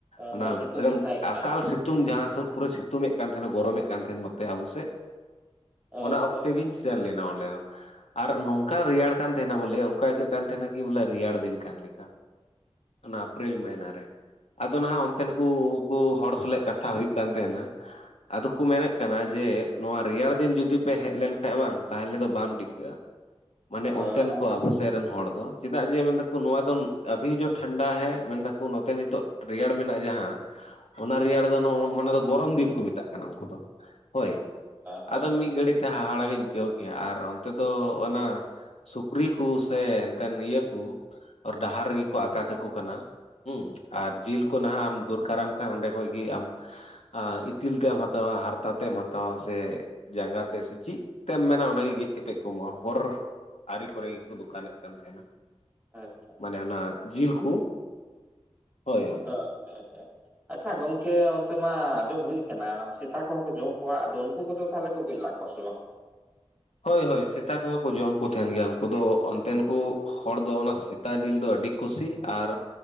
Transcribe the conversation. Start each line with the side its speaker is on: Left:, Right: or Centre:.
Left: ᱚᱱᱟ
Right: ᱢᱟᱱᱮ ᱥᱤᱛᱩᱝ
Left: ᱮᱠᱫᱚᱢ
Right: ᱫᱤᱱ ᱛᱟᱦᱮᱸ ᱠᱟᱱᱟ
Left: ᱮᱠᱟᱞ ᱥᱤᱛᱩᱝ ᱡᱟᱦᱟᱸ ᱥᱮᱫ ᱯᱩᱨᱟᱹ ᱥᱤᱛᱩᱝ ᱮᱫ ᱠᱟᱱ ᱛᱟᱦᱮᱱᱟ ᱜᱚᱨᱚᱢᱮᱫ ᱠᱟᱱ ᱛᱟᱦᱮᱱ ᱱᱚᱛᱮ ᱟᱵᱚ ᱥᱮᱫ ᱾
Right: ᱦᱳᱭ
Left: ᱚᱱᱟ
Right: ᱦᱳᱭ
Left: ᱚᱠᱛᱮ ᱜᱤᱧ ᱥᱮᱱ ᱞᱮᱱᱟ ᱚᱸᱰᱮ ᱦᱚᱸ ᱾ ᱟᱨ ᱱᱚᱝᱠᱟ ᱨᱮᱭᱟᱲ ᱠᱟᱱ ᱛᱟᱦᱮᱱᱟ, ᱵᱚᱞᱮ ᱚᱱᱠᱟ ᱟᱹᱭᱠᱟᱹᱜ ᱠᱟᱱ ᱛᱟᱦᱮᱱᱟ ᱠᱤ ᱵᱚᱞᱮ ᱨᱮᱭᱟᱲ ᱫᱤᱱ ᱠᱟᱱ ᱞᱮᱠᱟ ᱾ ᱚᱱᱟ ᱮᱯᱨᱤᱞ ᱢᱟᱹᱦᱱᱟᱹ ᱨᱮ ᱾ ᱟᱫᱚ ᱱᱟᱦᱟᱜ ᱚᱱᱛᱮᱱ ᱠᱩ ᱩᱱᱠᱩ ᱦᱚᱲ ᱥᱚᱞᱮᱜ ᱠᱟᱛᱷᱟ ᱦᱩᱭᱩᱜ ᱠᱟᱱ ᱛᱟᱦᱮᱱᱟ, ᱟᱫᱚ ᱠᱚ ᱢᱮᱱᱮᱫ ᱠᱟᱱᱟ ᱡᱮ ᱱᱚᱣᱟ ᱨᱮᱭᱟᱲ ᱫᱤᱱ ᱡᱩᱫᱤ ᱯᱮ ᱦᱮᱡ ᱞᱮᱱᱠᱷᱟᱱ ᱵᱟᱝ ᱛᱟᱦᱚᱞᱮ ᱫᱚ ᱵᱟᱢ ᱴᱤᱠᱟᱹᱜᱼᱟ
Right: <inaudible>
Left: ᱾ ᱢᱟᱱᱮ
Right: ᱦᱳᱭ
Left: ᱚᱱᱛᱮᱱ ᱠᱚ ᱟᱵᱚ ᱥᱮᱫ ᱨᱮᱱ, ᱦᱚᱲ ᱫᱚ ᱪᱮᱫᱟᱜ ᱡᱮ ᱢᱮᱱ ᱫᱟᱠᱚ ᱱᱚᱣᱟ ᱫᱚ ᱟᱵᱷᱤ ᱡᱚ ᱴᱷᱟᱱᱰᱟ ᱦᱮ ᱢᱮᱱ ᱫᱟᱠᱚ ᱱᱚᱛᱮ ᱱᱤᱛᱚᱜ, ᱨᱮᱭᱟᱲ ᱢᱮᱱᱟᱜᱼᱟ ᱡᱟᱦᱟᱸ ᱚᱱᱟ ᱨᱮᱭᱟᱲ ᱫᱚ ᱢᱟᱱᱮ ᱫᱚ ᱜᱚᱨᱚᱢ ᱫᱤᱱ ᱠᱚ ᱢᱮᱛᱟᱜ ᱠᱟᱱᱟ ᱩᱱᱠᱩ ᱫᱚ ᱾ ᱦᱳᱭ
Right: ᱦᱳᱭ
Left: ᱟᱫᱚ ᱢᱤᱫ ᱜᱷᱟᱹᱲᱤᱛᱮ ᱦᱟᱦᱟᱲᱟᱜᱤᱧ ᱟᱹᱭᱠᱟᱹᱣ ᱠᱮᱭᱟ ᱟᱨ ᱚᱱᱛᱮ ᱫᱚ ᱚᱱᱟ, ᱥᱩᱠᱨᱤ ᱠᱚ ᱥᱮ ᱮᱱᱛᱮᱱ ᱤᱭᱟᱹ ᱠᱚ, ᱦᱚᱨ ᱰᱟᱦᱟᱨ ᱨᱮᱜᱮ ᱠᱚ ᱟᱠᱟᱠᱚ ᱠᱟᱱᱟ ᱦᱮᱸ ᱟᱨ ᱡᱤᱞ ᱠᱚ ᱱᱟᱦᱟᱜ ᱟᱢ ᱫᱚᱨ ᱠᱟᱨᱟᱢ ᱠᱷᱟᱱ ᱚᱸᱰᱮ ᱠᱷᱚᱡ ᱜᱮ ᱟᱢ ᱤᱛᱤᱞ ᱛᱮᱢ ᱦᱟᱛᱟᱣᱟ ᱦᱟᱨᱛᱟ ᱛᱮᱢ ᱦᱟᱛᱟᱣᱟ ᱥᱮ ᱡᱟᱸᱜᱟ ᱛᱮ ᱥᱮ ᱪᱮᱫ ᱛᱮᱢ ᱢᱮᱱᱟ ᱚᱱᱟᱜᱮ ᱜᱮᱫᱛᱮᱫ ᱠᱚ ᱮᱢᱚᱜᱼᱟ ᱦᱚᱨ, ᱟᱨᱤ ᱠᱚᱨᱮ ᱜᱮᱠᱚ ᱫᱚᱠᱟᱱᱮᱫ ᱠᱟᱱ ᱛᱟᱦᱮᱱᱟ ᱾
Right: ᱟᱪᱪᱷᱟ,
Left: ᱢᱟᱱᱮ ᱚᱱᱟ ᱡᱤᱞ ᱠᱩ ᱦᱳᱭ ᱾
Right: ᱟᱪᱪᱷᱟ, ᱟᱪᱪᱷᱟ, ᱟᱪᱪᱷᱟ ᱜᱚᱢᱠᱮ ᱚᱱᱛᱮ ᱢᱟ ᱟᱸᱡᱚᱢ ᱦᱩᱭ ᱟᱠᱟᱱᱟ ᱥᱮᱛᱟ ᱠᱚᱦᱚᱸ ᱠᱚ ᱡᱚᱢ ᱠᱚᱣᱟ ᱟᱫᱚ ᱩᱱᱠᱩ ᱠᱚᱫᱚ ᱛᱟᱦᱚᱞᱮ, ᱦᱟᱹᱠᱩ ᱠᱚ ᱞᱟᱜ ᱠᱚᱣᱟ ᱥᱮ ᱵᱟᱝ?
Left: ᱦᱳᱭ ᱦᱳᱭ ᱥᱮᱛᱟ ᱠᱚᱦᱚᱸ ᱠᱚ ᱡᱚᱢ ᱠᱚ ᱛᱟᱦᱮᱱ ᱜᱮᱭᱟ ᱩᱱᱠᱩ ᱫᱚ ᱚᱱᱛᱮᱱ ᱠᱩ ᱦᱚᱲ ᱫᱚ ᱚᱱᱟ ᱥᱮᱛᱟ ᱡᱤᱞ ᱫᱚ ᱟᱹᱰᱤ ᱠᱩᱥᱤ ᱟᱨ,